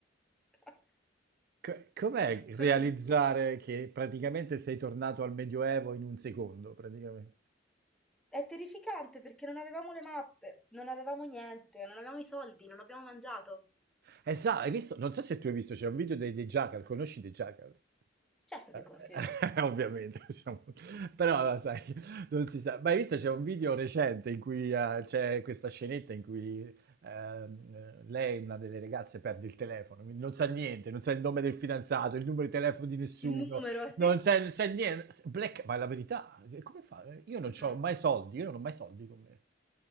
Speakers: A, in the centre; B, on the right.
A: <laughs>
B: Co- com'è
A: Te
B: realizzare
A: lo giuro.
B: che praticamente sei tornato al Medioevo in un secondo, praticamente?
A: È terrificante perché non avevamo le mappe, non avevamo niente, non avevamo i soldi, non abbiamo mangiato.
B: E sa, hai visto, non so se tu hai visto, c'è un video dei The Jackal, conosci The Jackal?
A: Certo che
B: Eh,
A: conosco i gioca.
B: <laughs> eh, Ovviamente, siamo... però
A: Domande.
B: lo sai, non si sa. Ma hai visto c'è un video recente in cui eh, c'è questa scenetta in cui ehm, eh, lei, una delle ragazze, perde il telefono, quindi non sa niente, non sa il nome del fidanzato, il numero di telefono di nessuno,
A: Il numero, <laughs>
B: non
A: sì.
B: c'è, non c'è niente. Black... Ma è la verità, come fa? Io non
A: Mm-mm.
B: ho mai soldi, io non ho mai soldi con me.